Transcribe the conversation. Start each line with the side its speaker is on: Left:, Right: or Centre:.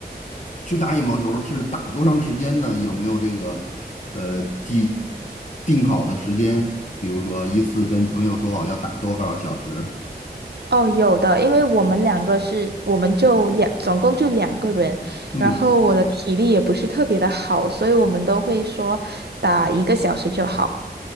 Left: 去打羽毛球，是打多长时间呢？有没有这个呃既定好的时间？比如说一次跟朋友说好要打多少小时？
Right: 哦，有的，因为我们两个是，我们就两，总共就两个人，
Left: 嗯，
Right: 然后我的体力也不是特别的好，所以我们都会说打一个小时就好。